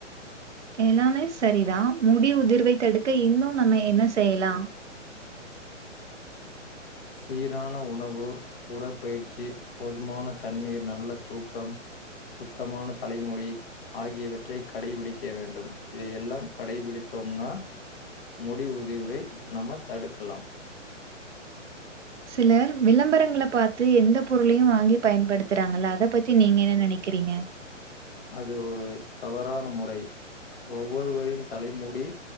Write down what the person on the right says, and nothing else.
எல்லாமே சரி தா முடி உதிர்வை தடுக்க இன்னு நம்ம என்ன செய்யலா
சிலர் விளம்பரங்கள பாத்து எந்த பொருளயு வாங்கி பயன்படுத்தறாங்கல்ல அத பத்தி நீங்க என்ன நெனைக்கறீங்க